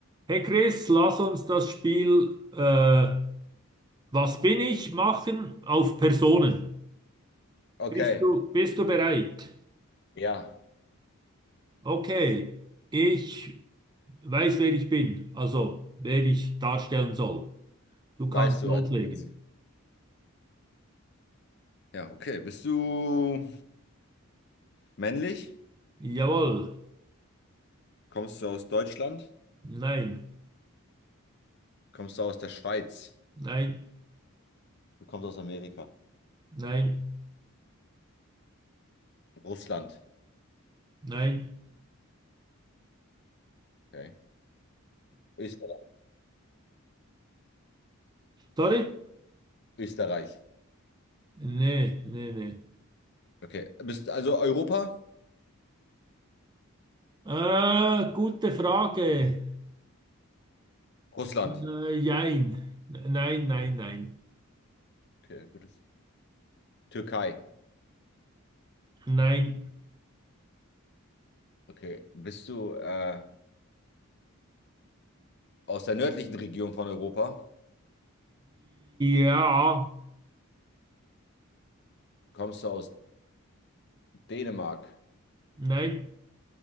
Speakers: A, on the right; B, on the left.
A: Hey Chris, lass uns das Spiel äh, Was bin ich machen auf Personen.
B: Okay,
A: Bist du, bist du bereit?
B: ja,
A: Okay, ich weiß, wer ich bin, also wer ich darstellen soll. Du kannst
B: weißt du
A: loslegen.
B: also jetzt. Ja, okay. Bist du männlich?
A: Jawohl,
B: Kommst du aus Deutschland?
A: nein,
B: Kommst du aus der Schweiz?
A: nein,
B: Du kommst aus Amerika.
A: nein,
B: Russland.
A: nein.
B: Okay. Österreich.
A: Sorry?
B: Österreich.
A: Nee, nee, nee.
B: Okay. Bist also Europa?
A: Äh, gute Frage.
B: Russland.
A: Äh, jein. Nein, nein, nein.
B: Okay, gutes. Türkei.
A: Nein.
B: Okay. Bist du äh, aus der nördlichen Region von Europa?
A: Ja.
B: Kommst du aus Dänemark?
A: Nein,